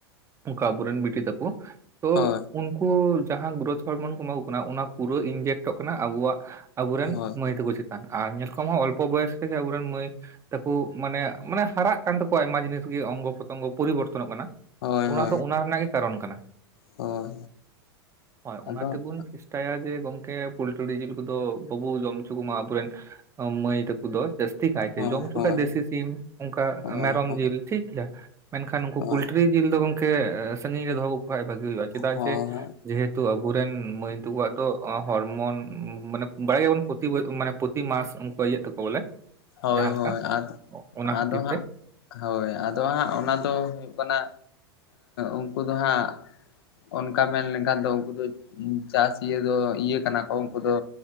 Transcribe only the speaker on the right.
ᱚᱠᱟ ᱟᱵᱚᱨᱮᱱ ᱵᱤᱴᱤ ᱛᱟᱠᱚ ᱛᱚ
ᱩᱱᱠᱩ ᱡᱟᱦᱟᱸ ᱜᱨᱡᱽ ᱦᱚᱲᱢᱚᱱ ᱠᱚ ᱮᱢᱟ ᱠᱚ ᱠᱟᱱᱟ ᱚᱱᱟ ᱯᱩᱨᱟᱹ ᱤᱱᱡᱮᱠᱴᱚᱜ ᱠᱟᱱᱟ ᱟᱵᱚᱣᱟᱜ ᱟᱵᱚ ᱨᱮᱱ
ᱨᱮᱱ ᱢᱟᱭ ᱛᱟᱠᱚ ᱪᱮ ᱟᱨ ᱧᱮᱞ ᱠᱚᱢ ᱦᱚᱸ ᱚᱞᱯᱚ ᱵᱚᱭᱚᱥ ᱨᱮᱜᱮ ᱟᱵᱚᱨᱮᱱ ᱢᱟᱹᱭ ᱛᱟᱠᱚ ᱢᱟᱱᱮ ᱢᱟᱱᱮ ᱦᱟᱨᱟᱜ ᱠᱟᱱ ᱛᱟᱠᱚᱣᱟ ᱟᱭᱢᱟ ᱡᱤᱱᱤᱥ ᱜᱮ ᱚᱝᱜᱚ ᱯᱨᱚᱛᱚᱝᱜᱚ ᱯᱚᱨᱤᱵᱚᱨᱛᱚᱱᱚᱜ ᱠᱟᱱᱟ
ᱚᱱᱟ
ᱫᱚ ᱚᱱᱟ ᱨᱮᱱᱟᱜ ᱜᱮ ᱠᱟᱨᱚᱱ ᱠᱟᱱᱟ
ᱦᱳᱭ
ᱚᱱᱟ ᱛᱮᱵᱚᱱ ᱫᱟᱭᱟᱜᱮ ᱜᱮ ᱜᱚᱢᱠᱮ ᱯᱳᱚᱞᱴᱨᱤ ᱡᱤᱞ ᱠᱚᱫᱚ ᱵᱟᱵᱚ ᱡᱚᱢ ᱦᱚᱪᱚ ᱠᱚᱟ ᱟᱵᱚᱨᱮᱱ ᱢᱟᱹᱭ ᱛᱟᱠᱚ ᱫᱚ ᱡᱟᱥᱛᱤ ᱠᱟᱭᱛᱮ
ᱡᱚᱢ ᱦᱚᱪᱚ
ᱠᱷᱟᱱ ᱫᱮᱥᱤ ᱥᱤᱢ ᱚᱱᱠᱟ
ᱢᱮᱨᱚᱢ
ᱡᱤᱞ ᱴᱷᱤᱠ ᱜᱮᱭᱟ ᱢᱮᱱᱠᱷᱟᱱ ᱩᱱᱠᱩ
ᱯᱳᱚᱞᱴᱨᱤ ᱡᱤᱞ ᱫᱚ ᱜᱚᱝᱠᱮ ᱥᱟᱹᱜᱤᱧ ᱨᱮ ᱫᱚᱦᱚᱠᱚ ᱠᱷᱟᱱᱡ ᱵᱷᱟᱜᱤ ᱦᱩᱭᱩᱜᱼᱟ ᱪᱮᱫᱟᱜ
ᱡᱮ ᱡᱮᱦᱮᱛᱩ ᱟᱵᱚᱨᱮᱱ ᱢᱟᱹᱭ ᱛᱟᱠᱚᱣᱟᱜ ᱫᱚ ᱦᱚᱲᱢᱚᱱ ᱢᱟᱱᱮ ᱵᱟᱲᱟᱭ ᱜᱮᱭᱟᱵᱚᱱ ᱯᱨᱚᱛᱤ ᱢᱟᱱᱮ ᱯᱨᱚᱛᱤ ᱢᱟᱥ ᱩᱱᱠᱩ ᱤᱭᱟᱹᱜ ᱛᱟᱠᱚ ᱵᱚᱞᱮ
ᱡᱟᱦᱟᱸ ᱞᱮᱠᱟ
ᱚᱱᱟ ᱠᱷᱟᱹᱛᱤᱨ
ᱛᱮ